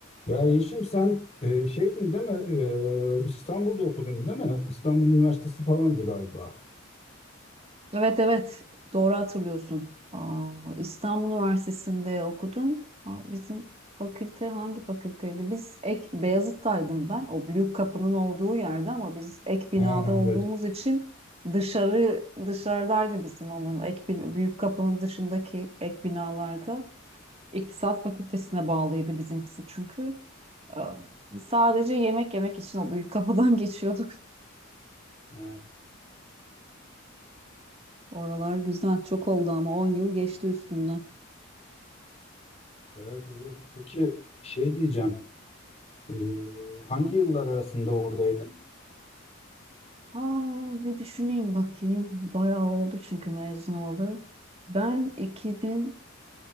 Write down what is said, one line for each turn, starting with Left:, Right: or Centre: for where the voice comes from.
Left: Ya Yeşim sen e, şeydin değil mi? E, İstanbul'da okudun değil mi? İstanbul Üniversitesi falandı galiba.
Right: Evet evet doğru hatırlıyorsun. Aa, İstanbul Üniversitesi'nde okudum. Ha, Bizim fakülte hangi fakülteydi? Biz ek Beyazıt'taydım ben. O büyük kapının olduğu yerde ama biz ek binada
Left: Ha,
Right: olduğumuz
Left: evet.
Right: için dışarı dışarıdaydı bizim onun ek bin- büyük kapının dışındaki ek binalarda. İktisat Fakültesine bağlıydı bizimkisi çünkü. Aa, Sadece yemek yemek için o büyük kapıdan <laughs> geçiyorduk.
Left: Ha,
Right: Oralar güzel çok oldu ama 10 yıl geçti üstünden.
Left: evet evet. Peki şey diyeceğim. E, hangi yıllar arasında oradaydın?
Right: Aa, bir düşüneyim bakayım. Bayağı oldu çünkü mezun olalı. Ben 2000,